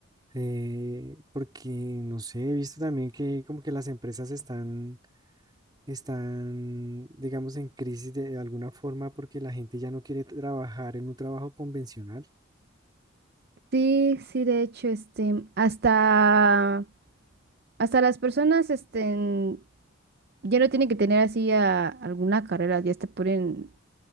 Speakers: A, on the right (about 20°); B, on the right (about 55°).
A: eh, porque, no sé, he visto también que como que las empresas están, están, digamos, en crisis de alguna forma porque la gente ya no quiere trabajar en un trabajo convencional.
B: Sí, sí, de hecho, este, hasta, hasta las personas, este, ya no tienen que tener así a- alguna carrera, ya te pueden